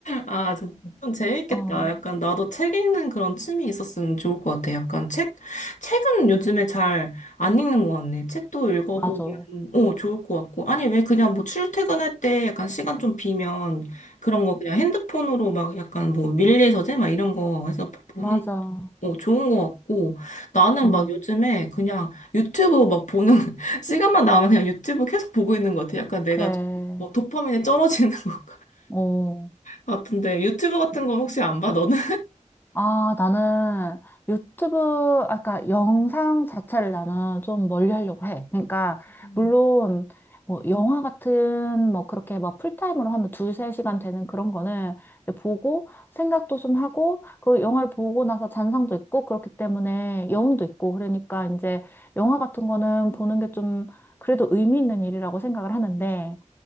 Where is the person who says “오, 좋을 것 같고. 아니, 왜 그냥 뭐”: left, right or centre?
Left